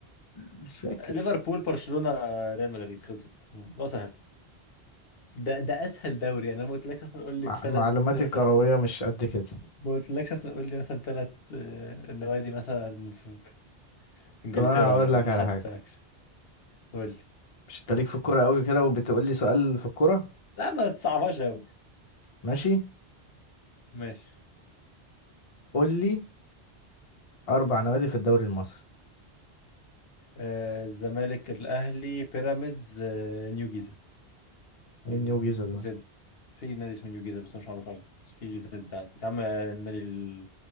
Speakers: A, on the left (about 40°); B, on the left (about 65°).
A: مش فاكر
B: ليفربول برشلونة آه، ريال مدريد خلصت ده سهل ده ده اسهل دوري يعني انا ما قلتلكش مثلا قول لي
A: مع...
B: ثلاث
A: معلوماتي
B: مثلا
A: الكرويه مش قد كده
B: ما قلتلكش مثلا قول لي مثلا ثلاث نوادي مثلا في في انجلترا
A: طب انا هقول
B: يعني
A: لك
B: ما
A: على
B: حددتلكش
A: حاجه
B: قول لي
A: مش انت ليك في الكوره قوي كده وبتقول لي سؤال في الكوره
B: لا ما تصعبهاش قوي
A: ماشي
B: ماشي
A: قول لي اربع نوادي في الدوري المصري
B: آه، الزمالك الاهلي بيراميدز آه، نيو جيزه
A: مين
B: او
A: يوجي دول
B: زد في نادي اسمه نيو جيزه بس مش معروف قوي بس في زد عادي يا عم النادي ال...